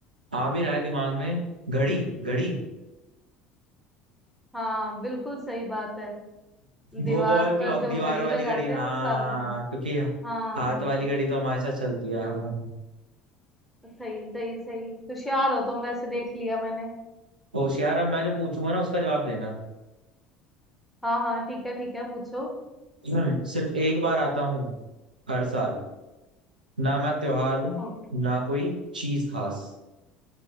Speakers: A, on the right (about 80°); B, in the centre.
A: आ भी रहा है दिमाग में घड़ी घड़ी
B: हाँ बिल्कुल सही बात है दीवार
A: वो वॉल क्लॉक
B: पर जो
A: दीवार
B: घड़ी
A: वाली
B: लगाते
A: घड़ी हाँ
B: हैं वो सारा दिन
A: क्योंकि
B: हाँ
A: हाथ वाली घड़ी तो हमारे साथ चलती है हाँ
B: सही सही सही होशियार हो तुम वैसे देख लिया मैंने
A: होशियार अब मैं जो पूछूंगा ना उसका जवाब देना
B: हाँ हाँ ठीक है ठीक है पूछो
A: हम्म, सिर्फ एक बार आता हूँ हर साल ना मैं त्योहार हूँ
B: ओके
A: ना कोई चीज खास